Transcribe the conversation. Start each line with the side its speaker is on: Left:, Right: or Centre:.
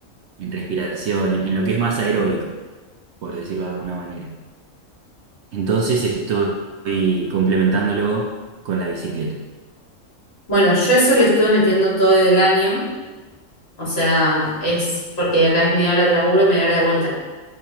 Right: en respiración, en en lo que es más aeróbico, por decirlo de alguna manera. Entonces estoy complementándolo con la bicicleta.
Left: Bueno, yo eso le estuve metiendo todo el año. O sea, es porque de acá es media hora de laburo, y media hora de vuelta.